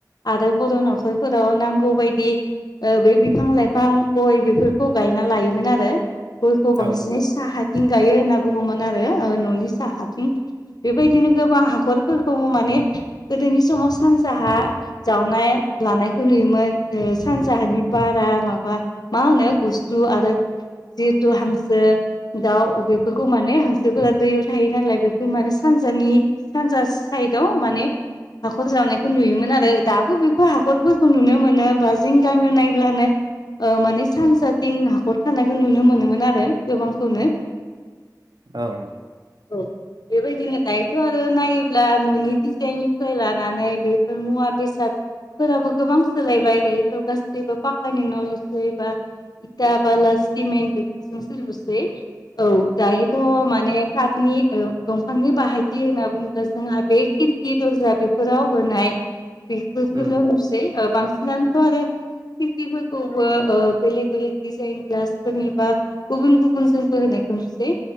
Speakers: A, on the left; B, on the right.
A: आरो बर' न'खरफोराव नांगौ बायदि ओ बे बिफां- लाइफां गय बेफोरखौ गायना लायोमोन आरो। गयखौ बांसिनै
B: औ
A: साहाथिं गायो होनना बुङोमोन आरो न'नि साहाथिं बेबायदिनो गोबां हाखरफोरखौबो माने गोदोनि समाव सानजाहा जावनाय लानायखौ नुयोमोन ‌ सानजाहानि बारा माबा मा होनो गुसु आरो जिहेथु हांसो, दाउ अबेफोरखौ माने हांसोफोरा दै थायो नालाय बेफोर माने सानजानि सानजा साइदाव माने हाखर जावनायखौ नुयोमोन आरो दाबो बेफोर हाखरफोरखौ नुनो मोनो बा जों गामियाव नायब्लानो ओ माने सानजाथिं हाखर थानायखौ नुनो मोनोमोन आरो गोबांखौनो।
B: औ।
A: औ बेबायदिनो दायोथ' आरो नायोब्ला न'नि डिजाइननि लानानै बेफोर मुवा बेसाद -फोराबो गोबां सोलायबाय दायोथ' गासैबो पाकानि न' लुसै बा इथा, बाला, सिमेन्ट बेफोरजोंसो लुसै। औ दायोथ' माने कातनि ओ दंफांनि बाहायथि होनना बुङोब्ला जोंहा बे खिरखि दरजा बेफोराव होनाय बेफोरखौल'
B: उम
A: होसै बांसिनानो आरो खिरखिफोरखौबो ओ बेलेग बेलेग डिजाइन ग्लास -फोरनि बा गुबुन गुबुन जोंबो होनायखौ नुसै